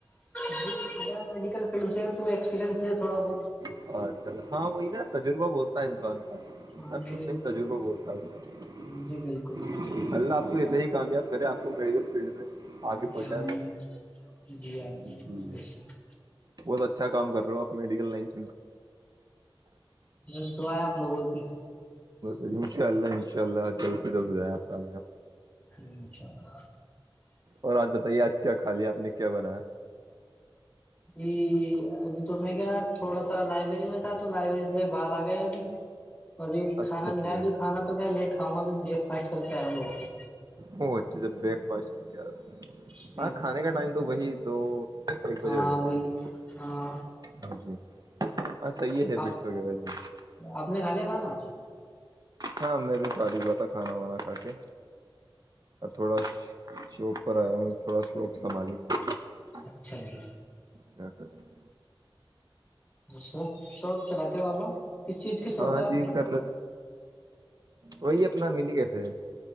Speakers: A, on the left; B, on the right.
A: جی میڈیکل فیلڈ سے تو ایکسپرینس ہے تھوڑا بہت
B: اچھا ہاں وہی نا تجربہ بولتا ہے انسان کا
A: ہاں
B: سب
A: جی
B: کچھ نہیں تجربہ بولتا اس کا
A: جی بالکل
B: اللہ آپ کو ایسا ہی کامیاب کرے آپ کو میڈیکل فیلڈ میں آگے پہنچاائے
A: یہاں جی
B: وہ
A: ہاں بالکل
B: جی
A: بے شک،
B: بہت اچھا کام کر رہے ہو آپ میڈیکل لائن <inaudible> <unintelligible> ب
A: بس دعا ہے آپ لوگوں کی
B: ان شاء اللہ انشاء اللہ جلد سے جلد گزائےیا آپ کااں
A: انشاء اللہ
B: اور آج بتائیے آج کیا کھایا آپ نے کیا بنایا
A: جی ابھی تو میں کیا تھوڑا سا لائبریری میں تھا تو لائبریری سے باہر آ گیا ابھی تو ابھی
B: اچھا
A: کھانا
B: اچھا
A: نہیں کھایا ابھی کھانا تو کیا لیٹ کھاں گا اب بریک فاسٹ کر کے آیاؤں گھر سے
B: وہ اچھے سے بریک فاسٹ کر کے آ رہا ہوں
A: جی
B: ہاں
A: جی
B: کھانے کا ٹائم تو وہی دو ایک
A: ہاں
B: بجے ہو جاتتا
A: وہی
B: ہے
A: ہاں
B: جی ہاں صحیح ہے
A: آپ
B: بٹس وغیرہ جی <unintelligible>
A: آپ نے کھا لیا کھانا
B: ہاں میں بھی فارغ ہوا تھا کھانا وانا کھا کے اور تھوڑا شوق پر آیا ہوں تھوڑا شوق سنبھالیا
A: اچھا جی
B: کیا کر <unintelligible>
A: شاپ شاپ چلاتے ہو آپ کس چیز کی شاپ
B: ہاں
A: ہے آپ
B: جی
A: کے
B: کر وہی اپنا مین کیسے ہیں